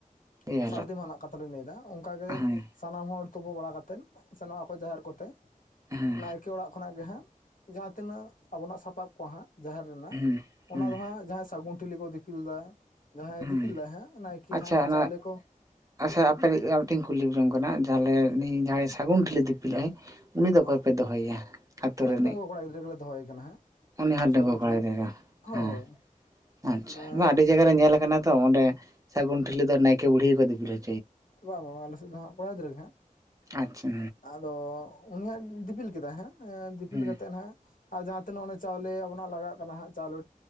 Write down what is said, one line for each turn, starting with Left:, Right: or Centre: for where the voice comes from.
Right: ᱤᱭᱟᱹ
Left: ᱥᱟᱹᱨᱫᱤ
Right: ᱦᱤᱞᱳᱜ
Left: ᱢᱟ ᱱᱟᱜ ᱠᱟᱛᱷᱟ ᱞᱤᱧ ᱞᱟᱹᱭᱫᱟ ᱚᱱᱠᱟᱜᱮ
Right: ᱦᱮᱸ
Left: ᱥᱟᱱᱟᱢ ᱦᱚᱲ ᱛᱩᱯᱩ ᱵᱟᱲᱟ ᱠᱟᱛᱮᱫ, ᱥᱮᱱᱚᱜ ᱟᱠᱚ ᱡᱟᱦᱮᱨ ᱠᱚᱛᱮ
Right: ᱦᱮᱸ
Left: ᱱᱟᱭᱠᱮ ᱚᱲᱟᱜ ᱠᱷᱚᱱᱟᱜ ᱜᱮ ᱦᱟᱸᱜ ᱡᱟᱦᱟᱸ ᱛᱤᱱᱟᱹᱜ ᱟᱵᱚᱱᱟᱜ ᱥᱟᱯᱟᱵ ᱠᱚ ᱦᱟᱸᱜ ᱡᱟᱦᱮᱨ ᱨᱮᱱᱟᱜ,
Right: ᱦᱮᱸ
Left: ᱚᱱᱟ
Right: ᱦᱮᱸ
Left: ᱫᱚ ᱦᱟᱸᱜ ᱡᱟᱦᱟᱸᱭ ᱥᱟᱹᱜᱩᱱ ᱴᱷᱤᱞᱤ ᱠᱚ ᱫᱤᱯᱤᱞᱫᱟ ᱡᱟᱦᱟᱸᱭ
Right: ᱦᱮᱸ
Left: ᱫᱤᱯᱤᱞ ᱫᱟᱭ ᱦᱟᱸᱜ ᱱᱟᱭᱠᱮ
Right: ᱟᱪᱪᱷᱟ
Left: ᱦᱟᱸᱜ
Right: ᱚᱱᱟ
Left: ᱪᱟᱣᱞᱮ ᱠᱚ
Right: ᱟᱪᱪᱷᱟ ᱟᱯᱮ ᱟᱨ ᱢᱤᱫᱴᱮᱱ <unintelligible> ᱠᱩᱞᱤ ᱡᱚᱝ ᱠᱟᱱᱟ ᱡᱟᱦᱟᱸᱞᱮ ᱩᱱᱤ ᱡᱟᱦᱟᱸᱭ ᱥᱟᱹᱜᱩᱱ ᱴᱷᱤᱞᱤ ᱫᱤᱯᱤᱞ ᱟᱭ ᱩᱱᱤ ᱫᱚ ᱚᱠᱚᱭ
Left: ᱦᱚᱸ
Right: ᱯᱮ ᱫᱚᱦᱚᱭᱭᱟ ᱟᱛᱳ
Left: ᱩᱱᱟᱹᱜ
Right: ᱨᱤᱱᱤᱡ?
Left: ᱰᱟᱺᱜᱩᱣᱟᱹ ᱠᱚᱲᱟ ᱜᱤᱫᱽᱨᱟᱹ ᱜᱮᱞᱮ ᱫᱚᱦᱚᱭᱮ ᱠᱟᱱᱟ ᱦᱟᱸᱜ
Right: ᱩᱱᱤ ᱦᱚ
Left: ᱥᱟᱹᱜᱩᱱ
Right: ᱰᱟᱺᱜᱩᱣᱟᱹ ᱠᱚᱲᱟ
Left: ᱴᱷᱤᱞᱤ
Right: ᱜᱤᱫᱽᱨᱟᱹ ᱜᱮ
Left: ᱦᱳᱭ
Right: ᱦᱚ ᱟᱪᱪᱷᱟ
Left: ᱦᱳᱭ
Right: ᱵᱟᱝ ᱟᱹᱰᱤ ᱡᱟᱭᱜᱟ ᱨᱮ ᱧᱮᱞ ᱠᱟᱱᱟ ᱛᱚ ᱚᱸᱰᱮ ᱥᱟᱹᱜᱩᱱ ᱴᱷᱤᱞᱤ ᱫᱚ ᱱᱟᱭᱠᱮ ᱵᱩᱲᱦᱤ ᱜᱮ ᱫᱤᱯᱤᱞ ᱦᱚ
Left: ᱵᱟᱝ ᱵᱟᱝ ᱵᱟᱝ ᱟᱞᱮ ᱥᱮᱫ ᱫᱚ ᱦᱟᱸᱜ ᱠᱚᱲᱟ ᱜᱤᱫᱽᱨᱟᱹ ᱜᱮ ᱦᱟᱸᱜ,
Right: ᱟᱪᱪᱷᱟ
Left: ᱟ ᱟᱫᱚ ᱩᱱᱤᱭ ᱦᱟᱸᱜ ᱫᱤᱯᱤᱞ ᱠᱮᱫᱟᱭ ᱦᱟᱸᱜ ᱮᱸ ᱫᱤᱯᱤᱞ
Right: ᱦᱮᱸ
Left: ᱠᱟᱛᱮᱫ ᱦᱟᱸᱜ ᱟᱨ ᱡᱟᱦᱟᱸ ᱛᱤᱱᱟᱹᱜ ᱚᱱᱮ ᱪᱟᱣᱞᱮ ᱟᱵᱚᱱᱟᱜ ᱞᱟᱜᱟᱜ ᱠᱟᱱᱟ ᱦᱟᱸᱜ ᱪᱟᱣᱞᱮ